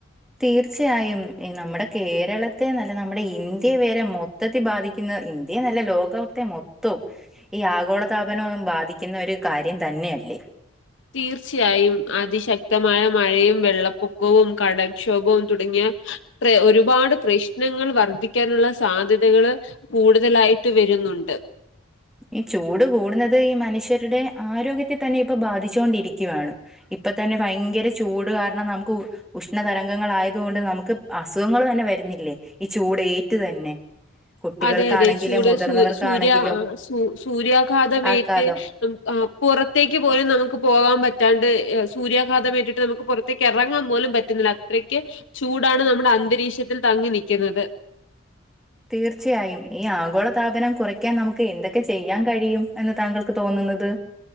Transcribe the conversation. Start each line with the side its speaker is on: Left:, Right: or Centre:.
Centre: തീർച്ചയായും എ നമ്മുടെ കേരളത്തെ നല്ല നമ്മുടെ ഇന്ത്യ വരെ മൊ ത്തത്തി ബാധിക്കുന്ന ഇന്ത്യന്നല്ല ലോകത്തെ മൊത്തവും ഈ ആഗോളതാപനം ബാധിക്കുന്ന ഒരു കാര്യം തന്നെയ അല്ലേ
Left: തീർച്ചയായും അതിശക്തമായ മഴയും വെള്ളപ്പൊക്കവും കടൽക്ഷോഭവും തുടങ്ങിയ പ്ര ഒരുപാട് പ്രശ്നങ്ങൾ വർദ്ധിക്കാനുള്ള സാധ്യതകള് കൂടുതലായിട്ട് വരുന്നുണ്ട്
Centre: ഈ ചൂട് കൂടുന്നത് ഈ മനുഷ്യരുടെ ആരോഗ്യത്തെ തന്നെ ഇപ്പൊ ബാധിചോണ്ടിരിക്കുവാണ് ഇപ്പതന്നെ ഭയങ്കര ചൂട് കാരണം നമുക്ക് ഉ ഉഷ്ണതരംഗങ്ങളായത് കൊണ്ട് നമുക്ക് അസുഖങ്ങൾ തന്നെ വരുന്നില്ലേ ഈ ചൂടേറ്റ് തന്നെ കുട്ടികൾക്കാണെങ്കിലും
Left: അതെ അതെ ചൂട്
Centre: മുതിർന്നവർക്കാണെങ്കിലും
Left: സൂ സൂര്യാ സൂ സൂര്യാഘാതമേറ്റ്
Centre: ആഘാതം.
Left: നമു ആ പുറത്തേക്ക് പോലും നമുക്ക് പോകാൻ പറ്റാണ്ട് സൂര്യാഘാതം ഏറ്റിട്ട് നമുക്ക് പൊറ റ്റതേക്ക് എറങ്ങാൻ പോലും പറ്റുന്നില്ല അത്രയ്ക്ക് ചൂടാണ് നമ്മുടെ അന്തരീക്ഷത്തിൽ തങ്ങി നിക്യുന്നത്
Centre: തീർച്ചയായും ഈ ആഗോള താപനം കുറയ്ക്കാൻ നമുക്ക് എന്തൊക്കെ ചെയ്യാൻ കഴിയും എന്ന് താങ്കൾക്ക് തോന്നുന്നത്